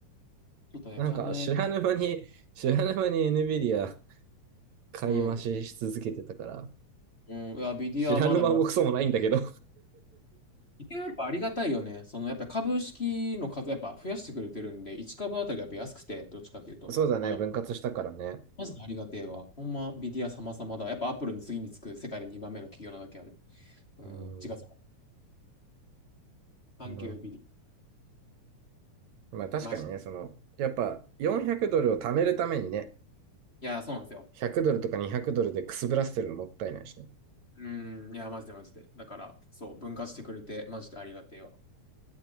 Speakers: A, on the left (about 20°); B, on the right (about 70°).
A: ちょっとね、
B: なんか、
A: 金、
B: 知らぬ間に、知らぬ間に NVIDIA 買い増しし続けてたから、
A: うん。うん、いや、ビディアはまだまだ。
B: 知らぬ間もクソもないんだけど
A: ビディアはやっぱありがたいよね。そのやっぱ株式の数やっぱ増やしてくれてるんで、1株あたりやっぱ安くて、どっちかというと、
B: <laughs> そうだね、
A: まだ、
B: 分割したからね。
A: マジでありがてえわ。ほんま、ビディア様々だ。やっぱアップルの次につく世界で2番目の企業なだけある。うん、
B: うん。
A: 違う、サンキュービディ
B: うん、
A: ア。
B: まあ確かにね、
A: マジ。
B: その、やっぱ400ドルを貯めるためにね、
A: いや、そうなんですよ。
B: 100ドルとか200ドルでくすぶらせてるのもったいないしね。
A: うーん、いや、マジでマジで。だから、そう、分割してくれて、マジでありがてえわ。